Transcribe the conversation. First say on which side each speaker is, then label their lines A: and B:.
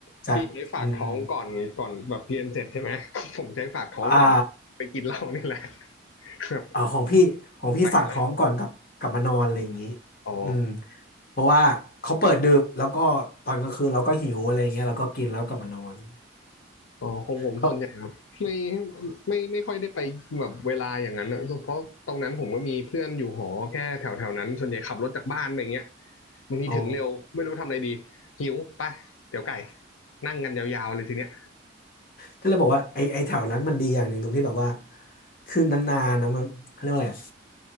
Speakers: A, on the left; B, on the left.
A: จะอืม
B: พี่ใช้ฝากท้องก่อนก่อนแบบเรียนเสร็จใช่ไหม <laughs> ผมใช้ฝากท้องก่อน
A: อ่า
B: ไปกินเหล้านี่แหละ <laughs> แบบ
A: อ่าของพี่ของพี่ฝากท้องก่อนกลับกลับมานอนอะไรอย่างนี้
B: ไปก่อนแล้วกันอ๋อ
A: อืมเพราะว่าเขาเปิดดึกแล้วก็ตอนกลางคืนเราก็หิวอะไรอย่างเงี้ยเราก็กินแล้วกลับมานอน
B: อ๋อของผมส่วนใหญ่แบบไม่
A: ก็
B: ไม่ไม่ค่อยได้ไปแบบเวลาอย่างนั้นอะเพราะตรงนั้นผมก็มีเพื่อนอยู่หอแค่แถวแถวนั้นส่วนใหญ่ขับรถจากบ้านไปอย่างเงี้ยบางทีถึงเร็วไม่รู้ทำอะไรดีหิวไปเดี๋ยวไก่
A: อ๋อ
B: นั่งกันยาวๆเลยทีเนี้ย
A: ก็เลยบอกว่าไอ้ไอ้แถวนั้นมันดีอย่างหนึ่งตรงที่แบบว่าคือนานๆนะมันเขาเรียกว่าอะไรอะ